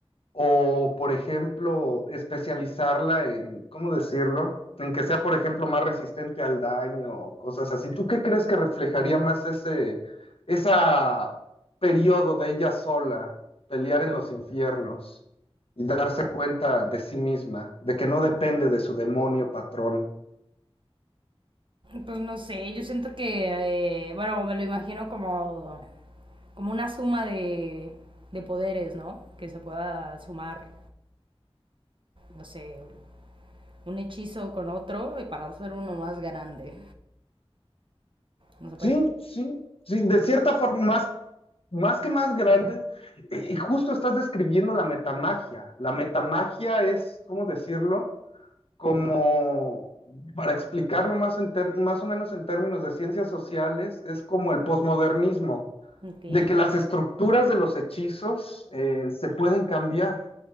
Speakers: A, on the left; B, on the right.
A: o, por ejemplo, especializarla en, ¿cómo decirlo? En que sea, por ejemplo, más resistente al daño, cosas así. ¿Tú qué crees que reflejaría más ese, esa periodo de ella sola, pelear en los infiernos y darse cuenta de sí misma, de que no depende de su demonio patrón?
B: Pues no sé, yo siento que, eh, bueno, me lo imagino como, como una suma de, de poderes, ¿no? Que se pueda sumar, no sé, un hechizo con otro y para hacer uno más grande. ¿No se puede?
A: Sí, sí, sí, de cierta forma, más, más que más grande. Y y justo estás describiendo la metamagia. La metamagia es, ¿cómo decirlo? como, para explicarlo más, en ter- más o menos en términos de ciencias sociales, es como el posmodernismo,
B: Ok.
A: de que las estructuras de los hechizos eh, se pueden cambiar.